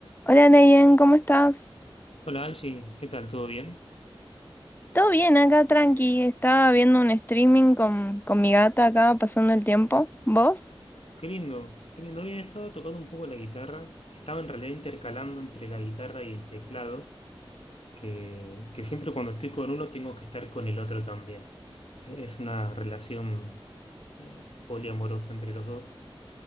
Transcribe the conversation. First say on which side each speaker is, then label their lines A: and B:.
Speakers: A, on the left (about 20°); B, on the left (about 85°).
A: Hola Nayen, ¿cómo estás?
B: Hola Angie, ¿qué tal? ¿Todo bien?
A: Todo bien acá, tranqui. Estaba viendo un streaming con, con mi gata acá, pasando el tiempo. ¿Vos?
B: Qué lindo, qué lindo. Hoy he estado tocando un poco la guitarra. Estaba en realidad intercalando entre la guitarra y el teclado, que, que siempre cuando estoy con uno tengo que estar con el otro también. E- Es una relación eh, poliamorosa entre los dos.